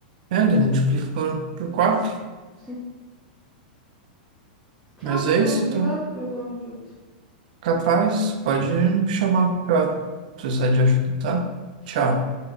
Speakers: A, on the right; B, in the centre.
A: é, daí multiplica por, por quatro.
B: Sim. Tchau,
A: Mas
B: então,
A: é isso,
B: obrigado
A: então.
B: pela ajuda.
A: Capaz, pode me chamar, claro. Se Precisar de ajuda, tá?
B: Tchau.
A: Tchau.